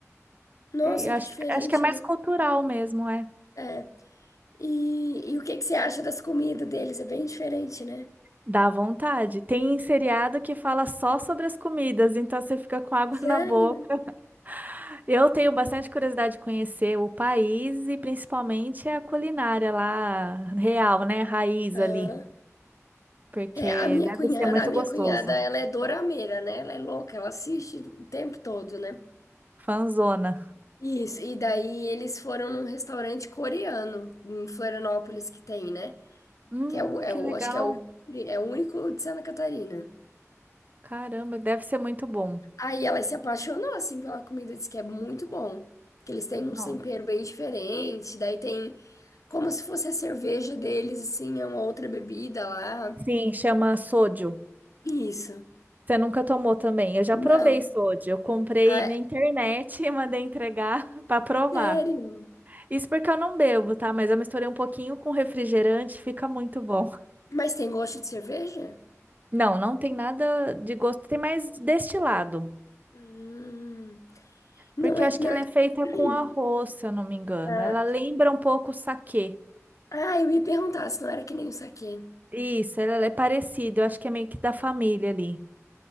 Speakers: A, on the left; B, on the right.
A: Nossa,
B: E eu
A: que
B: acho
A: diferente,
B: que, acho que é mais
A: né?
B: cultural mesmo, é.
A: É. E, e o que que você acha das comidas deles? É bem diferente, né?
B: Dá vontade. Tem seriado que fala só sobre as comidas, então você fica com água
A: Sério?
B: <laughs> na boca. Eu tenho bastante curiosidade de conhecer o país e principalmente a culinária lá, real, né? Raiz
A: Aham.
B: ali, porque
A: É, a minha
B: deve
A: cunhada,
B: ser muito
A: a minha
B: gostoso.
A: cunhada, ela é dorameira, né? Ela é louca, ela assiste o tempo todo, né?
B: Fanzona.
A: Isso, e daí eles foram num restaurante coreano em Florianópolis que tem, né?
B: Hum,
A: Que é o, é
B: que
A: o,
B: legal.
A: acho que é o, é o único de Santa Catarina.
B: Caramba, deve ser muito bom.
A: Aí ela se apaixonou, assim, pela comida, disse que é muito bom. Que eles têm um
B: Não.
A: tempero bem diferente, daí tem Como se fosse a cerveja deles, assim, é uma outra bebida lá.
B: Sim, chama sodio.
A: Isso.
B: Você nunca tomou também? Eu já
A: Não.
B: provei sodio. Eu comprei
A: Ah,
B: na internet e mandei entregar <laughs> para provar.
A: sério?
B: Isso porque eu não bebo, tá? Mas eu misturei um pouquinho com refrigerante, fica muito bom.
A: Mas tem gosto de cerveja?
B: Não, não tem nada de gosto, tem mais destilado.
A: Hum, não
B: Porque
A: é.
B: eu acho
A: Não...
B: que ela é feita
A: <clears throat>
B: com arroz, se eu não me engano.
A: Ah,
B: Ela lembra um pouco o saquê.
A: ah, eu ia perguntar se não era que nem o saquê.
B: Isso, ela é parecida, eu acho que é meio que da família ali.